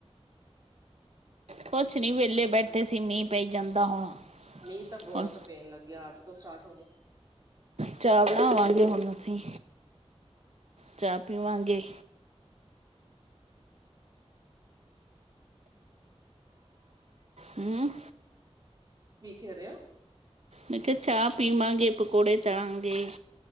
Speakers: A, on the right; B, on the right.
A: ਕੁਛ ਨੀ ਵੇਹਲੇ ਬੈਠੇ ਸੀ ਮੀਂਹ ਪਈ ਜਾਂਦਾ ਹੁਣ।
B: ਮੀਂਹ ਤਾਂ ਬਹੁਤ
A: ਹੁਣ
B: ਪੇਣ ਲੱਗਿਆ ਅੱਜ ਤੋਂ ਸਟਾਰਟ ਹੋ ਗਿਆ।
A: ਚਾਹ ਬਣਾਵਾਂਗੇ ਹੁਣ ਅਸੀਂ, ਚਾਹ ਪੀਵਾਂਗੇ। ਹੂ
B: ਕੀ ਕਹਿ ਰਹੇ ਹੋ?
A: ਮੈਂ ਕਿਹਾ ਚਾਹ ਪੀਵਾਂਗੇ, ਪਕੌੜੇ ਤੜਾਂਗੇ।